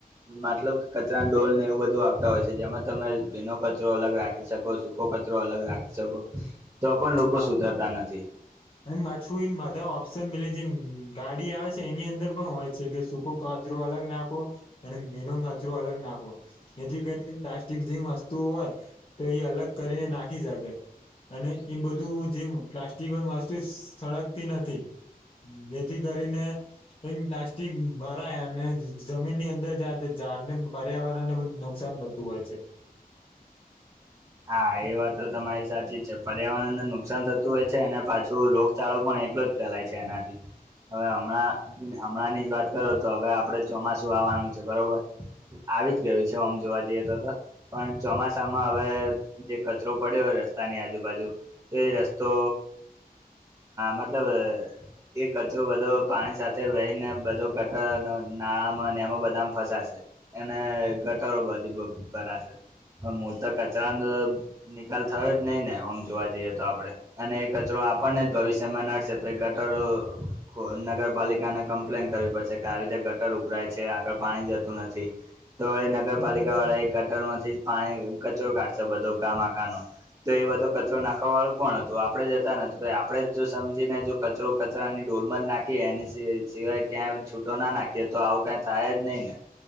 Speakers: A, on the right; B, on the left.
A: મતલબ કે કચરા ડોલ ને એવું બધું આપ હોય છે જેમાં તમે ભીનો કચરો અલગ રાખી શકો સૂકો કચરો અલગ રાખી શકો તો પણ લોકો
B: હા
A: સુધરતા નથી.
B: અને માછું એમ બધા ઓપ્શન મિલે જેમ ગાડી આવે છે એની અંદર પણ હોય છે કે સુ અલગ નાખો અને ભીનો કચરો અલગ નાખો એથી કરી જે વસ્તુ હોય તો એ અલગ કરીને નાખી શકે અને એમ બધું જેમ પ્લાસ્ટિક વસ્તુ સળગતી નથી. જેથી કરીને એ પ્લાસ્ટિક ભરાય અને જમીન ની અંદર જાય તો ઝાડને પર્યાવરણને પણ નુકસાન બતું હોય છે.
A: હા એ વાત તો તમારી સાચી જ છે પર્યાવરણને નુકસાન થતું હોય છે અને પાછું રોગ ચારો પણ એટલો જ ફેલાય છે એનાથી. હવે હમણાં હમણાં ની જ વાત કરો તો હવે આપડે ચોમાસું આવવાનું છે બરોબર. આવી જ ગયું છે આમ જોવા જઈએ તો તો. પણ ચોમાસામાં હવે જે કચરો પડ્યો હોય રસ્તાની આજુબાજુ તો રસ્તો મતલબ એ કચરો બધો પાણી સાથે વહી ને બધો ગટર નાણાંમાં અને એમાં બધામાં ફસાશે. એને ઘટાડો બધી કરાશે હ હું તો ક નો નિકાલ થયો જ નહી ને આમ જોવા જઈએ તો આપડે. અને એ કચરો આપણને જ ભવિષ્યમાં નડશે તો એ કચરો. નગરપાલિકાને કમ્પ્લેન કરવી પડશે કે આવી રીતે ગટર ઉભરાય છે આગળ પાણી જતું નથી. તો નગરપાલિકા
B: પણ બધા
A: વાળા એ કટર માંથી પાણી કચરો કાઢશે બધો ગામ આખાનો. તો એ બધો કચરો નાખવા વાળું કોણ હતું આપણેે જતા નું આપણે જ જો સમજીને. કચરો કચરાની ઢોલમાં જ નાખીએ એ સિવાય ક્યાં છૂટો નાખીએ તો આવું ક થાય જ નહી ને.